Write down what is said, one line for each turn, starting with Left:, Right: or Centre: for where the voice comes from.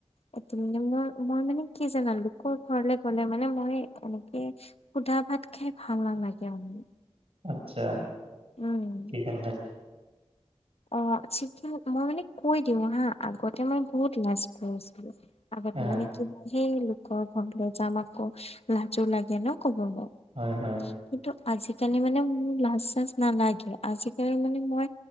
Left: এটো মানে মই মই মানে কি জানা লোকৰ ঘৰলে গ'লে মানে মই এনেকে খুদা ভাত খাই ভাল নালাগে মানে
Right: আচ্ছা
Left: উম।
Right: কি <inaudible>
Left: অ চিকেন মই মানে কৈ দিওঁ হা আগতে মই বহুত লাজ কৰিছিলো আগতে
Right: আহ
Left: মানে কিবা সেই লোকৰ ঘৰলৈ যাম আকৌ লাজো লাগে ন কবনো
Right: হয় অ', হয়
Left: কিন্তু আজিকালি মানে মোৰ লাজ চাজ নালাগে আজিকালি মানে মই